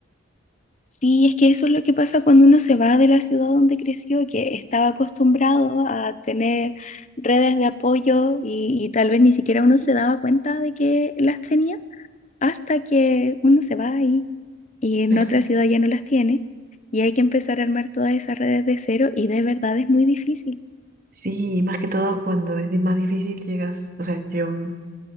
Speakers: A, on the left (about 35°); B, on the right (about 45°).
A: Sí, es que eso es lo que pasa cuando uno se va de la ciudad donde creció, que estaba acostumbrado a tener redes de apoyo y, y tal vez ni siquiera uno se daba cuenta de que las tenía hasta que uno se va ahí y en
B: Pero
A: otra ciudad ya no las tiene y hay que empezar a armar todas esas redes de cero y de verdad es muy difícil.
B: sí, más que todo cuando es di- más difícil llegas, o sea, yo mm,